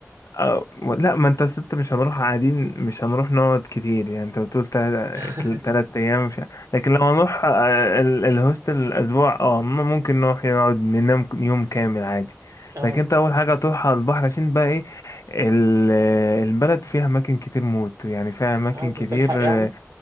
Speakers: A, on the left (about 70°); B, on the right (about 75°).
A: أه لا ما انت أصل انت مش هنروح قاعدين مش هنروح نقعد كتير يعني انت بتقول تلات
B: <laughs>
A: تلات ايام مش... لكن لو هنروح آه، ال- الهوستل الاسبوع اه م- ممكن نروح نقعد ننام يوم كامل عادي
B: اه
A: لكن انت اول حاجه تروح على البحر عشان بقى ايه ال- البلد فيها اماكن كتير موت يعني فيها اماكن
B: عايزه
A: كتير
B: تلحق يعني
A: اه